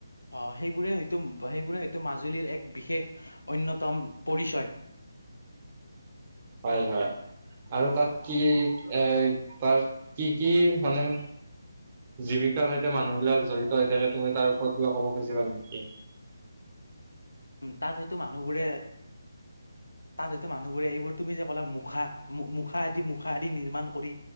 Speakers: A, on the left; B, on the right.
A: অ সেইবোৰে হয়তো সেইবোৰে হয়তো মাজুলীৰ এক বিশেষ অন্যতম পৰিচয়।
B: হয় হয়। আৰু তাত কি এ তাৰ কি কি মানে জীৱিকাৰ সৈতে মানুহ বিলাক জড়িত হৈ থাকে, তুমি তাৰ ওপৰত কিবা ক'ব খুজিবা নেকি?
A: উম তাত হয়টো মানুহবোৰে তাত হয়তো মানুহবোৰে এইবোৰ তুমি যে ক'লা মুখা মু মুখা আদি মুখা আদি নিৰ্মাণ কৰি